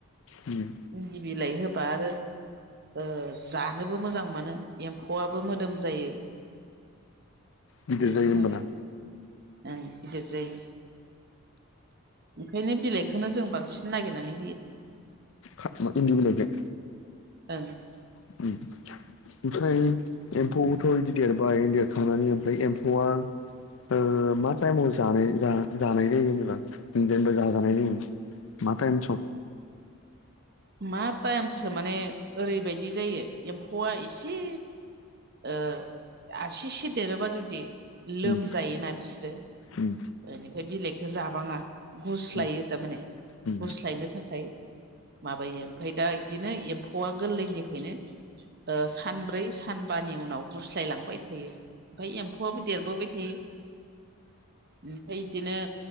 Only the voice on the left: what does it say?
उम
गिदिर
जायो होमबाना
खाथुमा इन्दि बिलाइखो
<unintelligible> ओमफ्राय एम्फौखौथ' इदि देरबाय देरखांनानै ओमफ्राय एम्फौआ ओ मा टाइमाव जानाय जा-जानाय जायो जेनेबा जेनबा जाजानाय जायो? मा टाइम सम
उम
उम
उम
उम